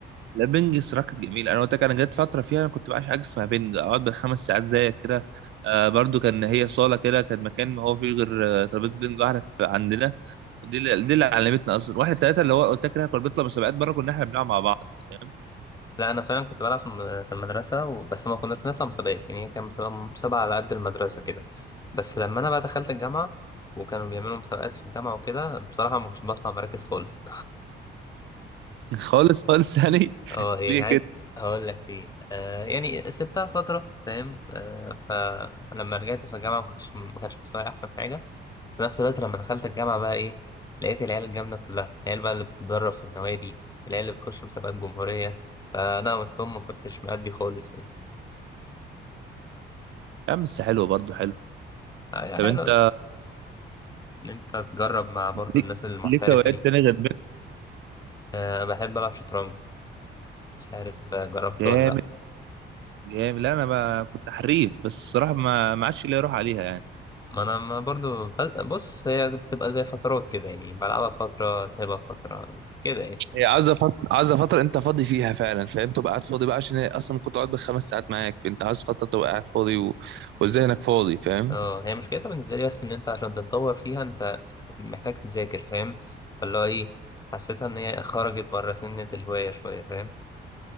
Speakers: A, on the right; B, on the left.
A: لا بنج الصراحه كانت جميله انا قلت لك انا جت فتره فيها انا كنت بعشق حاجه اسمها بنج اقعد بالخمس ساعات زيك كده آه برضو كان هي صاله كده كان مكان ما هو فيه غير آه، ترابيزه بنج واحده في عندنا دي اللي دي اللي علمتنا اصلا واحنا ثلاثه اللي هو قلت لك احنا كنا بنطلع مسابقات بره كنا احنا بنلعب مع بعض فاهم
B: لا انا فعلا كنت بلعب في الم- في المدرسه و- بس ما كناش نطلع مسابقات يعني هي كانت بتبقى مسابقه على قد المدرسه كده بس لما انا بقى دخلت الجامعه وكانوا بيعملوا مسابقات في الجامعه وكده بصراحه ما كنتش بطلع مراكز خالص
A: <laughs> خالص خالص يعني
B: اه
A: <laughs>
B: يعني
A: ليه
B: عايز
A: كده
B: هقول لك ليه آه يعني سبتها فترة فاهم آه فلما رجعت في الجامعة ما كنتش ما كانش مستواي أحسن حاجة في نفس الوقت لما دخلت الجامعة بقى إيه لقيت العيال الجامدة كلها العيال بقى اللي بتتدرب في النوادي العيال اللي بتخش مسابقات جمهورية فأنا وسطهم ما كنتش مأدي خالص يعني
A: يا عم بس حلوه برضو حلو
B: آه، هي
A: طب
B: حلوة
A: انت
B: إن أنت تجرب مع برضو
A: ليك
B: الناس المحترفة
A: ليك هوايات
B: دي
A: تانية غير
B: آه بحب ألعب شطرنج مش عارف آه، جربته
A: بنج
B: ولا لأ
A: جامد لا انا بقى كنت حريف بس الصراحه ما ما عادش ليا روح عليها يعني
B: ما انا ما برضو بد- بص هي بتبقى زي فترات كده يعني بلعبها فترة سايبها فترة كده يعني
A: هي عايزه فتره عايزه فتره انت فاضي فيها فعلا فاهم تبقى قاعد فاضي بقى عشان هي اصلا كنت قاعد بالخمس ساعات معاك فانت عايز فتره تبقى قاعد فاضي و... وذهنك فاضي فاهم
B: اه هي مشكلتها بالنسبة لي بس ان انت عشان تتطور فيها انت محتاج تذاكر فاهم فاللي هو ايه حسيتها ان هي خرجت بره سنة الهواية شوية فاهم